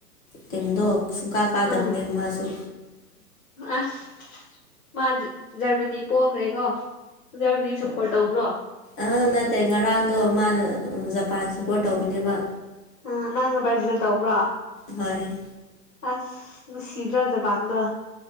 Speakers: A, on the left; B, on the left.
A: ꯇꯤꯝꯗꯣ ꯁꯨꯡꯀꯥ ꯀꯥꯗꯕꯅꯦꯕ
B: ꯑꯥ
A: ꯃꯥꯁꯨ
B: ꯑꯁ ꯃꯥ ꯖꯔꯃꯅꯤ ꯄꯣꯈ꯭ꯔꯦꯀꯣ ꯖꯔꯃꯅꯤ ꯁꯞꯄꯣꯔꯠ ꯇꯧꯕ꯭ꯔꯣ
A: ꯑꯥ ꯅꯠꯇꯦ ꯉꯔꯥꯡꯗꯣ ꯃꯥꯅ ꯖꯄꯥꯟ ꯁꯞꯄꯣꯔꯠ ꯇꯧꯕꯅꯦꯕ
B: ꯑ ꯅꯪꯅ ꯕ꯭ꯔꯥꯖꯤꯜ ꯇꯧꯕ꯭ꯔꯣ
A: ꯍꯣꯏ
B: ꯑꯁ ꯅꯨꯡꯁꯤꯗ꯭ꯔꯥ ꯖꯄꯥꯟꯗꯣ